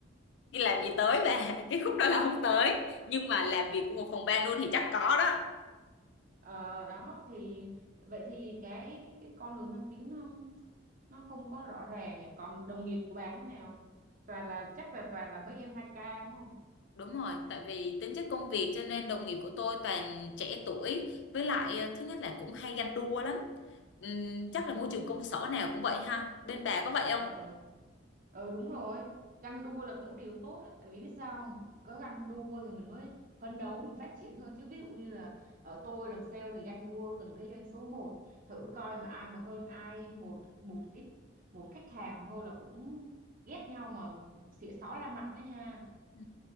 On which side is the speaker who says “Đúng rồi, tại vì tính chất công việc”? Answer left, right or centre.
Left